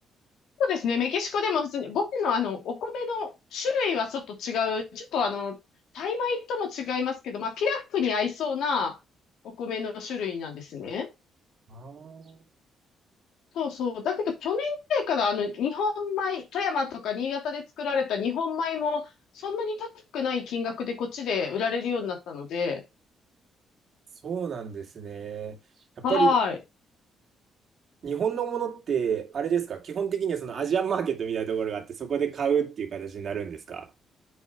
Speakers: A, on the left; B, on the right.
A: そうですね。メキシコでも普通に、僕のあの、お米の種類はちょっと違う。ちょっとあの、タイ米とも違いますけど、まあ、ピラフに合いそうなお米の種類なんですね。
B: あー
A: そうそう。だけど、去年くらいからあの、日本米、富山とか新潟で作られた日本米も、そんなに高くない金額でこっちで売られるようになったので、
B: そうなんですね。やっぱり
A: はい。
B: 日本のものってあれですか、基本的にはそのアジアンマーケットみたいなところがあって、そこで買うっていう形になるんですか。